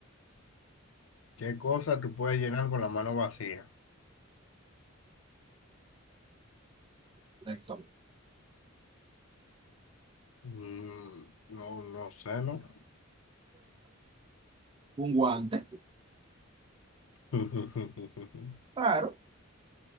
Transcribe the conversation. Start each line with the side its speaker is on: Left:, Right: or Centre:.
Left: ¿Qué cosa tú puedes llenar con la mano vacía?
Right: Correcto.
Left: Mm, no, no sé, ¿no?
Right: Un guante,
Left: <laughs>
Right: claro,